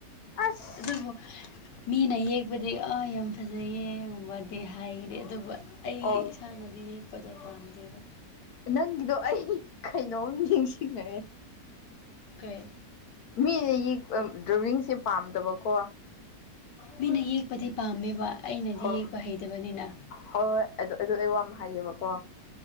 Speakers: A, on the left (about 65°); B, on the left (about 85°).
A: ꯑꯁ
B: ꯑꯗꯨꯕꯨ ꯃꯤꯅ ꯌꯦꯛꯄꯗꯤ ꯑꯥ ꯌꯥꯝ ꯐꯖꯩꯌꯦꯒꯨꯝꯕꯗꯤ ꯍꯥꯏꯔꯦ ꯑꯗꯨꯕꯨ ꯑꯩ
A: ꯑꯣ
B: ꯏꯁꯥꯅꯗꯤ ꯌꯦꯛꯄꯗꯣ ꯄꯥꯝꯗꯦꯕ
A: ꯅꯪꯒꯤꯗꯣ ꯑꯩ ꯀꯩꯅꯣꯝ ꯅꯤꯡꯁꯤꯡꯉꯦ
B: ꯀꯩ
A: ꯃꯤ ꯗ꯭ꯔꯥꯏꯚꯡꯁꯦ ꯄꯥꯝꯗꯕꯀꯣ
B: ꯃꯤꯅ ꯌꯦꯛꯄꯗꯤ ꯄꯥꯝꯃꯦꯕ ꯑꯩꯅꯗꯤ
A: ꯍꯣꯏ
B: ꯌꯦꯛꯄ ꯍꯩꯇꯕꯅꯤꯅ
A: ꯍꯣꯏ ꯍꯣꯏ ꯑꯗꯨ ꯑꯗꯨ ꯑꯩ ꯋꯥ ꯑꯃ ꯍꯥꯏꯌꯦꯕꯀꯣ